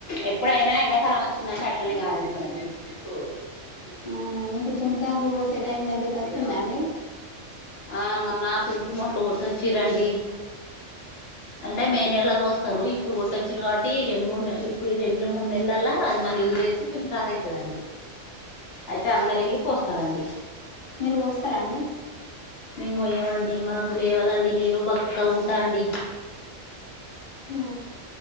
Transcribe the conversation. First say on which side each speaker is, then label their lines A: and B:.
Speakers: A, on the left; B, on the left.
A: ఎప్పుడైనా ఎండాకాలం వచ్చిందంటే అట్లనే
B: కింది
A: గాలవెడతరండి
B: మీది మీది తిప్పు అవునా మీకు తున్టాకు కోసే టైం దగ్గరకొచ్చిందా అండి
A: ఆ మొన్నా తుంటి మొట్లు కొట్టొచ్చిరండి అంటే మే నెలలో గోస్తరు ఇ ఇప్పుడు కొట్టొచ్చిర్రు కాబట్టి రెండు మూడు నె ఇప్పుడు ఈ రెండు మూడ్ నెల్లల్లా అది మళ్ళీ ఇగురు ఏసి చింతాకు అయితదండి. అయితే అందరెళ్ళి కోస్తారండి
B: మీరు కోస్తారా అండి
A: మేం గొయ్యవండి మాకు లేవదండి నేను బక్కగుంటా అండి
B: హూ